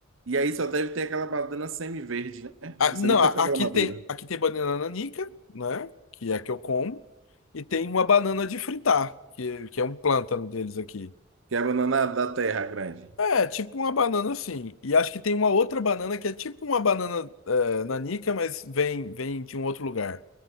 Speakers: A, on the right (about 75°); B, on the left (about 90°).
A: E aí só deve ter aquela banana semi-verde, né?
B: Ah,
A: Você
B: não,
A: nunca
B: a-
A: pegou
B: aqui
A: a madura,
B: tem, aqui tem banana nanica, né? Que é a que eu como. E tem uma banana de fritar, que, que é um plântano deles aqui.
A: que é a banana da terra grande.
B: É, tipo uma banana assim. E acho que tem uma outra banana que é tipo uma banana eh, nanica, mas vem, vem de um outro lugar.